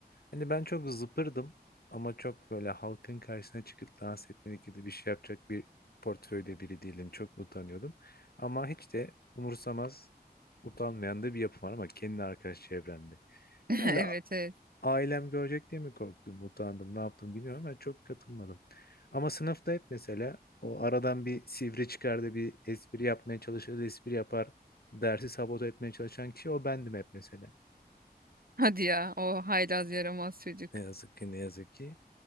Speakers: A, on the left (about 65°); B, on the right (about 60°).
A: Hani ben çok zıpırdım ama çok böyle halkın karşısına çıkıp dans etmelik gibi bir şey yapacak bir portföyde biri değilim. Çok utanıyordum. Ama hiç de umursamaz, utanmayan da bir yapım var ama kendi arkadaş çevremde. Herhalde
B: <laughs> Evet evet.
A: ailem görecek diye mi korktum, utandım, ne yaptım bilmiyorum ama çok katılmadım. Ama sınıfta hep mesela o aradan bir sivri çıkar da bir espri yapmaya çalışır, espri yapar, dersi sabote etmeye çalışan kişi o bendim hep mesela.
B: Hadi ya o haylaz yaramaz çocuk.
A: Ne yazık ki ne yazık ki.